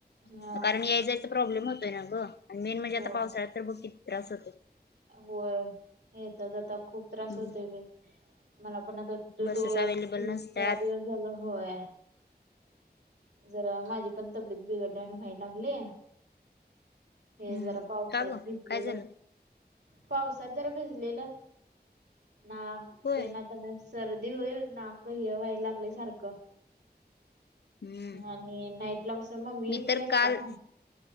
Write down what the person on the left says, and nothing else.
कारण याय जायचा प्रॉब्लेम होतोय ना ग आणि मेन म्हणजे
आता पावसाळ्यात तर बघ किती त्रास होतोय.
हम्म.
बसेस
अवेलेबल
नसतात
हम्म.
का ग
काय झालं
होय
हम्म.
मी
तर
काल